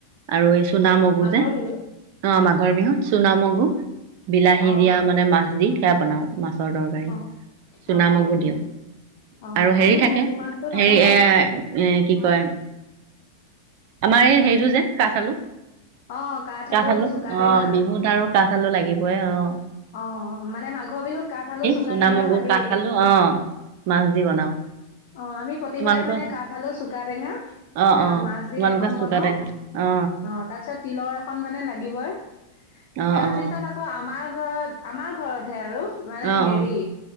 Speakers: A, on the right (about 45°); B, on the left (about 50°).
A: আৰু এই চুনা মগু
B: মাঘৰ
A: যে,
B: বিহুত
A: অঁ, মাঘৰ বিহু চুনা মগু বিলাহী
B: অ
A: দিয়া মানে মাছ দি। সেইয়া বনাও মাছ। ৰৰ তৰকাৰী।
B: অ
A: চুনামগো
B: অ অ
A: দিওঁ
B: অ
A: আৰু হেৰি
B: আমি
A: থাকে
B: মগু মাহটো নবনাও
A: হেৰি এ -এ কি কয় আমাৰ এই হেৰিটো যে কাঠ আলু।
B: অ
A: কাঠ আলু অঁ,
B: চুকা টেঙা
A: বিহুত আৰু কাঠ আলু লাগিবই অঁ।
B: অঁ, মানে মাঘৰ বিহুত কাঠ আলু, চুকা
A: চুনামগু
B: টেঙা লাগে।
A: কাঠ আলু অ মাছ দি বনাও।
B: অঁ, আমি প্ৰতিবাৰে
A: তোমালোকৰ
B: মানে কাঠ আলু, চুকা টেঙা
A: অ
B: আৰু
A: অ
B: মাছ
A: তোমালোকে
B: দি এখন
A: চুকা
B: বনাও
A: টেঙা অ
B: অঁ, তাৰপিছত তিলৰ এখন মানে লাগিবই
A: অ
B: তাৰপিছত
A: অ
B: আকৌ আমাৰ ঘৰত আমাৰ ঘৰত, আৰু মানে
A: অ
B: হেৰি
A: অ